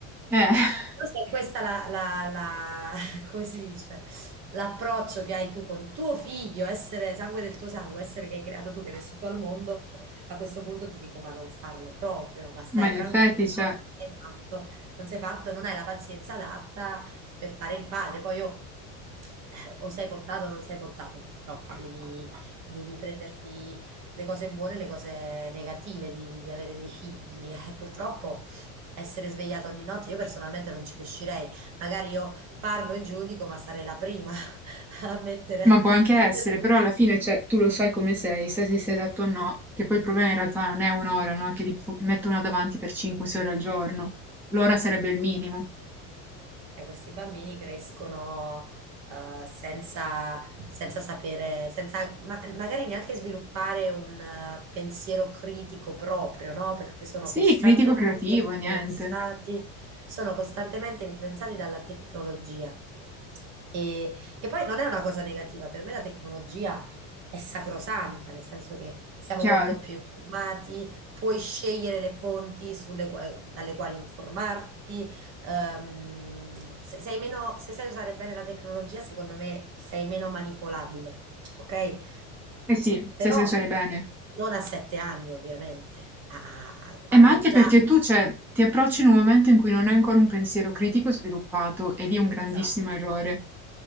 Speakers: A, in the centre; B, on the right (about 45°).
A: eh, <laughs>
B: Forse è questa la, la- la- <laughs> come si dice, l'approccio che hai tu con tuo figlio, essere sangue del tuo sangue, essere che hai creato tu, che hai messo tu al mondo, a questo punto ti dico, ma non farlo proprio, ma stai
A: ma in
B: tranquillo,
A: effetti, cioè
B: non sei fatto, non sei fatto, non hai la pazienza adatta per fare il padre. Poi io, eh, o sei portato o non sei portato, purtroppo devi, devi prenderti le cose buone e le cose negative di, di- di avere dei figli. Eh, purtroppo essere svegliata ogni notte, io personalmente non ci riuscirei. Magari io parlo e giudico, ma sarei la prima <laughs> a mettere
A: ma può anche
B: il
A: essere,
B: telefono.
A: però alla fine, cioè, tu lo sai come sei, sai se sei adatto o no, che poi il problema in realtà non è 1 ora, no, che li f mettono davanti per 5, 6 ore al giorno. L'ora sarebbe il minimo.
B: Cioè, questi bambini crescono eh, senza, senza sapere, senza ma- magari neanche sviluppare un eh, pensiero critico proprio, no? Perché sono
A: Sì,
B: costantemente
A: critico creativo,
B: influenzati,
A: niente,
B: sono costantemente influenzati dalla tecnologia. E, che poi non è una cosa negativa, per me la tecnologia è sacrosanta, nel senso che siamo
A: chiaro.
B: molto più informati, puoi scegliere le fonti sulle qua- dalle quali informarti ehm, se, sei meno, se sai usare bene la tecnologia, secondo me sei meno manipolabile, ok?
A: Eh sì, se
B: Però
A: sai usare bene.
B: non a sette anni, ovviamente, a- a- quando
A: Eh, ma anche
B: già...
A: perché tu, cioè, ti approcci in un momento in cui non hai ancora un pensiero critico sviluppato ed è un grandissimo
B: Esatto,
A: errore.